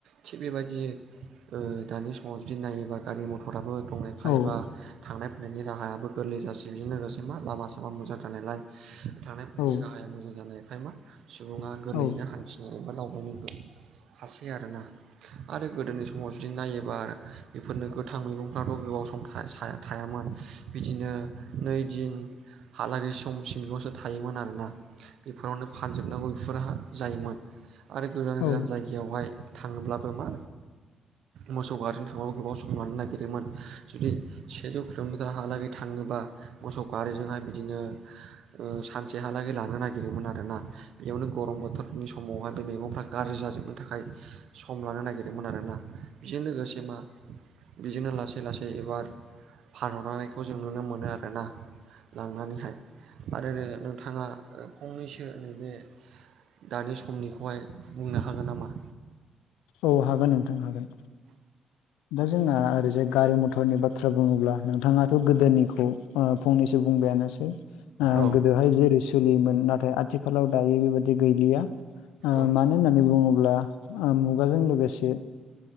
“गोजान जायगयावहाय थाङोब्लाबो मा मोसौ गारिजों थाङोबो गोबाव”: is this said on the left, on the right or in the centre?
Right